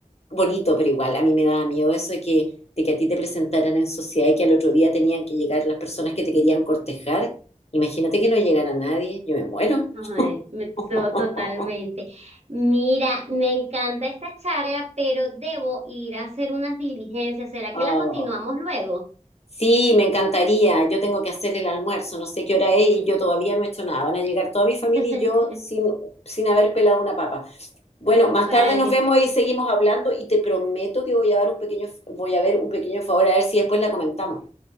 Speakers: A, on the left; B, on the right.
A: Bonito, pero igual, a mí me daba miedo eso de que, de que a ti te presentaran en sociedad y que al otro día tenían que llegar las personas que te querían cortejar. Imagínate que no llegara nadie, yo me muero.
B: Ay, me
A: <laughs>
B: so- totalmente. Mira, me encanta esta charla, pero debo ir a hacer unas diligencias. ¿Será
A: Ah.
B: que la continuamos luego?
A: Sí, me encantaría. Yo tengo que hacer el almuerzo, no sé qué hora es y yo todavía no he hecho nada. Van a llegar toda mi familia
B: <laughs>
A: y yo sin, sin haber pelado una papa. Bueno, más
B: Vale,
A: tarde nos vemos y seguimos hablando y te prometo que voy a dar un pequeño, voy a ver un pequeño favor a ver si después la comentamos.